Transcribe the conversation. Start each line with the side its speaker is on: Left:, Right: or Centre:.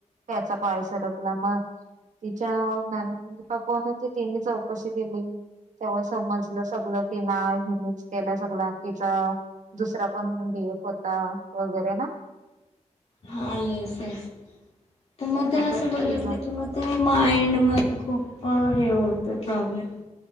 Right: त्याचा पाय सरकला मग तिच्या ननंद का कोण होती तिनी चौकशी केली. तेव्हा समजलं सगल की नाही. हिनेच केला सगलं आणि तिच्या दुसरा पण बी एफ होता वगैरे ना.
Left: हा येस येस तर मग ते
Right: आता
Left: असं
Right: तिला
Left: बघितलं की मग ते माइंडमध्ये खूप हे होतं प्रॉब्लेम.